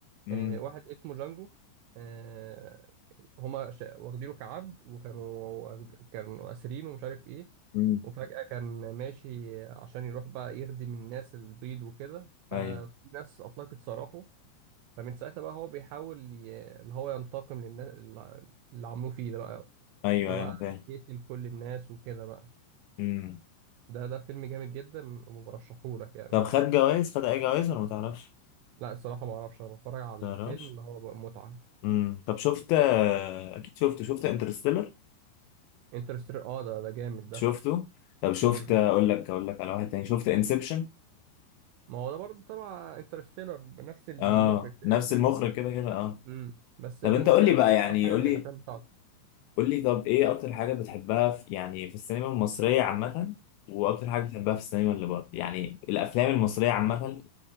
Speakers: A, on the left; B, on the right.
A: امم
B: آه، واحد اسمه جانجو آه، هما ش- واخدينه كعبد وكانوا واخد- كانوا أسرين ومش عارف إيه
A: امم
B: وفجأة كان ماشي عشان يروح بقى يخدم الناس البيض وكده ففي
A: ايوه
B: ناس أطلقت سراحه فمن ساعتها بقى هو بيحاول ي- اللي هو ينتقم للناس اللي اللي عملوه فيه ده بقى
A: ايوه
B: فبقى
A: ايوه انا فاهم
B: يقتل كل الناس وكده بقى
A: امم
B: ده ده فيلم جامد جدا وبرشحهولك يعني
A: طب خد جوائز خد اي جوائز ولا ما تعرفش
B: لا الصراحة ما أعرفش أنا بتفرج على
A: ما
B: الفيلم
A: تعرفش
B: اللي هو بقى متعة
A: امم طب شفت آه، اكيد شفت شفت انترستيلر
B: انترستيلر اه ده ده جامد ده
A: شفته طب شفت
B: مم.
A: اقول لك اقول لك على واحد تاني شفت انسبشن
B: ما هو ده برضه تبع انترستيلر بنفس المخرج
A: اه
B: تقريبا
A: نفس المخرج كده كده اه
B: امم بس
A: طب
B: المشكله
A: انت قول لي بقى
B: مش
A: يعني
B: بفهم حاجه
A: قول
B: من
A: لي
B: الافلام بتاعته
A: قول لي طب ايه اكتر حاجه بتحبها في يعني في السينما المصريه عامه واكتر حاجه بتحبها في السينما اللي بره يعني الافلام المصريه عامه